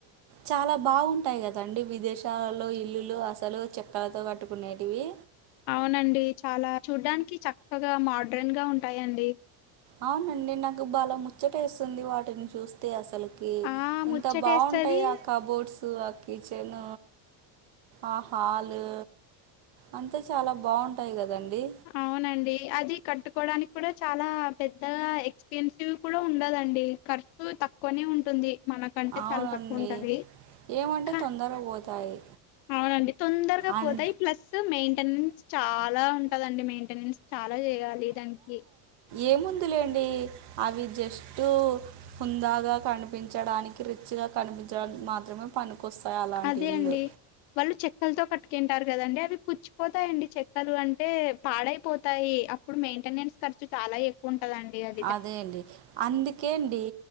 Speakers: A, on the right; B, on the left.
A: చాలా బాగుంటాయ్ కదండి విదేశాలలో ఇల్లులు అసలు చెక్కలతో కట్టుకునేటివి
B: అవునండి చాలా చూడ్డానికి చక్కగా మోడ్రన్ గా ఉంటాయండి
A: అవునండి నాకు బాల ముచ్చటెస్తుంది వాటిని చూస్తే అసలు కె
B: ఆ ముచ్చటేస్తది
A: ఎంత బాగుంటాయొ ఆ కబోర్డ్స్ అ కిచెన్ ఆ హాలు అంతే చాలా బాగుంటాయ్ గదండి
B: అవునండి అది కట్టుకోడానికి కూడా చాలా పెద్దగా ఎక్స్పెన్సివ్ కూడా ఉండదండి ఖర్చు తక్కువనే ఉంటుంది మనకంటే
A: అవునండి
B: చాల్ తక్కువుంటది
A: ఏమంటే
B: క
A: తొందరగా పోతాయి
B: అవునండి తొందరగా
A: అన్
B: పోతాయి ప్లస్ మెయింటెనెన్స్ చాలా ఉంటదండి మెయింటెనెన్స్ చాలా జెయాలి దాన్కి
A: ఏముందిలెండి అవి జస్టు హుందాగా కనిపించడానికి రిచ్ గా కనిపించడానికి మాత్రమె పనికొస్తాయ్ అలాంటి
B: అదే
A: ఇల్లు
B: అండి వాళ్ళు చెక్కలతో కట్టికుంటారు కదండి అవి పుచ్చిపోతాయండి చెక్కలు అంటే పాడైపోతాయి అప్పుడు మెయింటెన్స్ ఖర్చు చాలా ఎక్ ఎక్కువుంటదండి అద్
A: అదే అండి అందుకేన్డి